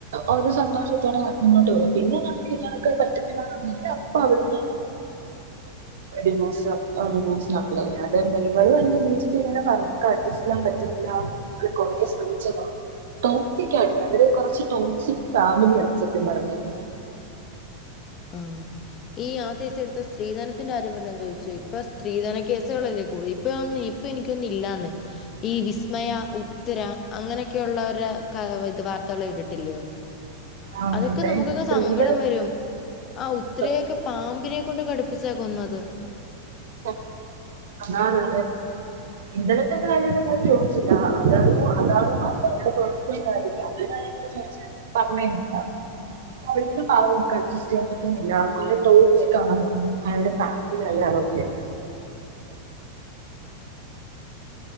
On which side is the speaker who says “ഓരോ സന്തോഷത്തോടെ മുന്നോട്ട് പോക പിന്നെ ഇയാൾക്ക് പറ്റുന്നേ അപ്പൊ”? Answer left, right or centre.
Right